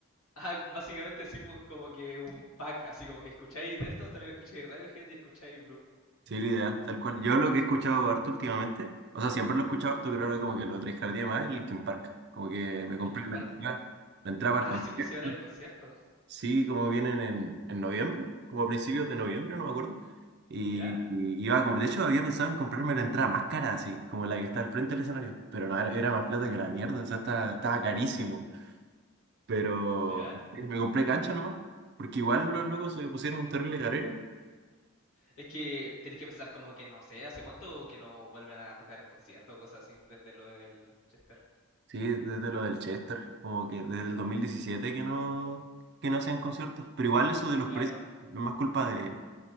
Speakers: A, on the left; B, on the right.
A: Ah, básicamente sí, pues como que un pack, así como que escucháis Deftones, también escucháis Radiohead y escucháis Blur.
B: Sí, lo ideal, tal cual. Yo lo que he escuchado harto últimamente, o sea, siempre lo he escuchado harto, pero ahora como que lo trajeardía más el Linkin Park. Como que me
A: Linkin
B: compré la
A: Park.
B: entrada, la entrada para
A: Ah,
B: el concierto.
A: sí, pues y ahora el concierto.
B: Sí, como vienen en, en noviembre, como a principios de noviembre, no me acuerdo. Y,
A: ¿Ya?
B: y iba como, de hecho había pensado en comprarme la entrada más cara, así, como la que está al frente del escenario. Pero no, era, era más plata que la mierda, o sea, estaba, estaba carísimo. Pero
A: ¿Ya?
B: me compré cancha nomás, porque igual los locos se pusieron un terrible carrero.
A: Es que tenés que pensar como que no sé, ¿hace cuánto que no vuelven a tocar en concierto o cosas así? Desde lo del Chester.
B: Sí, desde lo del Chester, como que desde el 2017 que no, que no hacen conciertos. Pero igual eso de los
A: Claro.
B: precios es más culpa de,